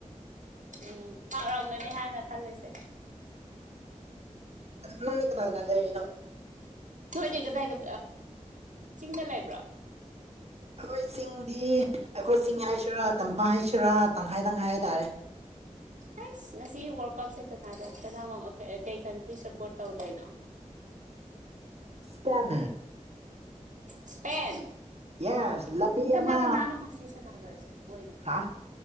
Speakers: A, on the right (about 85°); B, on the right (about 55°).
A: ꯎꯝ ꯄꯥꯛꯔꯝꯒꯅꯤ ꯍꯥꯏꯅ ꯈꯜꯂꯁꯦ
B: ꯑꯗꯣ ꯅꯪꯗꯤ ꯀꯅꯅꯥ ꯂꯩꯔꯤꯅꯣ
A: ꯊꯣꯏꯗꯤ ꯀꯗꯥꯏ ꯗ ꯆꯤꯡꯗ ꯂꯩꯕ꯭ꯔꯣ
B: ꯑꯩꯈꯣꯏ ꯆꯤꯡꯗꯤ ꯑꯩꯈꯣꯏ ꯆꯤꯡ ꯍꯥꯏꯁꯤꯔꯥ ꯇꯝꯗ ꯍꯥꯏꯁꯤꯔꯥ ꯇꯪꯈꯥꯏ ꯇꯪꯈꯥꯏ ꯍꯥꯏꯇꯥꯔꯦ
A: ꯍꯥꯏꯁ ꯉꯁꯤ ꯋꯥꯔꯜ ꯀꯞꯁꯦ ꯀꯅꯥꯗ ꯀꯅꯥꯅꯣ ꯀꯩ ꯀꯟꯇ꯭ꯔꯤ ꯁꯄꯣꯠ ꯇꯧꯗꯣꯏꯅꯣ
B: ꯢꯁ꯭ꯄꯦꯟ
A: ꯢꯁ꯭ꯄꯦꯟ
B: ꯌꯦꯁ ꯂꯝꯕꯤ
A: ꯀꯅꯥ
B: ꯑꯃ
A: ꯀꯅꯥꯅꯣ ꯉꯁꯤ ꯁꯥꯟꯅꯗꯣꯏꯁꯦ ꯃꯣꯏꯒꯤꯗꯣ
B: ꯍꯥ